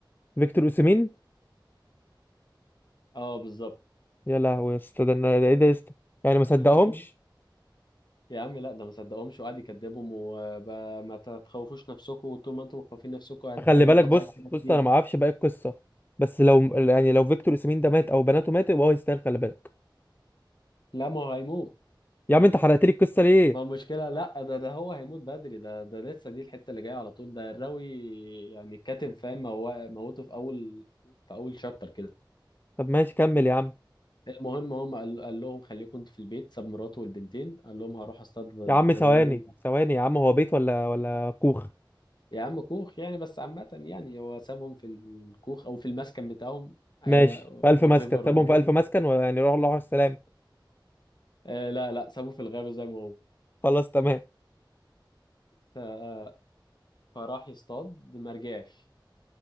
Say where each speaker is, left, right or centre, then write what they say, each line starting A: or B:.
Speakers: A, on the left; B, on the left.
A: فيكتور اوسيمين
B: اه بالظبط
A: يا لهوي يا اسطى ده أنا- ده ايه ده يا اسطى يعني ما صدقهمش
B: المهم يا عم لا ده ما صدقهمش وقعد يكذبهم وما تخوفوش نفسكم وطول ما انتم مخوفين نفسكم هتقابلكم
A: خلي بالك بص
B: حاجات كده كتير
A: بص انا ما اعرفش باقي القصه بس لو يعني لو فيكتور ياسمين ده مات او بناته ماتت يبقى هو يستاهل خلي بالك
B: لا ما هو هيموت
A: يا عم انت حرقت لي القصه ليه
B: ما المشكلة لا ده ده هو هيموت بدري ده ده لسه دي الحتة اللي جاية على طول ده الراوي يعني الكاتب فاهم هو موته في أول في أول شابتر كده
A: طب ماشي كمل يا عم
B: المهم هم قال, قال لهم خليكم انتوا في البيت ساب مراته والبنتين قال لهم هروح اصطاد
A: يا عم ثواني
B: غزال
A: ثواني يا عم هو بيت ولا ولا كوخ
B: يا عم كوخ يعني بس عامة يعني هو سابهم في الكوخ أو في المسكن بتاعهم
A: ماشي في الف
B: وات
A: مسكن
B: ايفر
A: سابهم
B: هو إيه
A: في الف مسكن ويعني راحوا الله على السلام
B: آه لا لا سابه في الغابة زي ما هو
A: خلاص تمام
B: ف- آه، فراح يصطاد ما رجعش